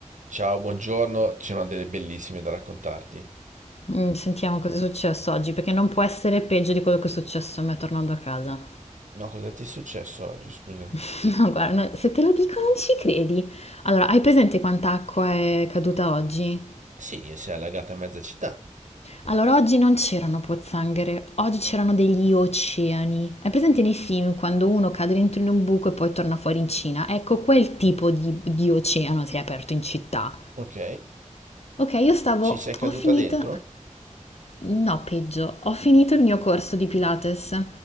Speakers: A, on the right (about 70°); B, on the left (about 55°).
A: Ciao, buongiorno, c'è una delle bellissime da raccontarti.
B: Mm, Sentiamo cosa è successo oggi, perché non può essere peggio di quello che è successo a me tornando a casa.
A: No, cosa ti è successo oggi, scusa?
B: <laughs> No, guarda, no, se te lo dico non ci credi. Allora, hai presente quanta acqua è caduta oggi?
A: Sì, si è allagata mezza città.
B: Allora, oggi non c'erano pozzanghere, oggi c'erano degli oceani. Hai presente nei film quando uno cade dentro in un buco e poi torna fuori in Cina? Ecco, quel tipo di, di oceano si è aperto in città.
A: Ok.
B: Ok, io stavo,
A: Ci sei caduta
B: ho finito,
A: dentro?
B: No, peggio, ho finito il mio corso di Pilates,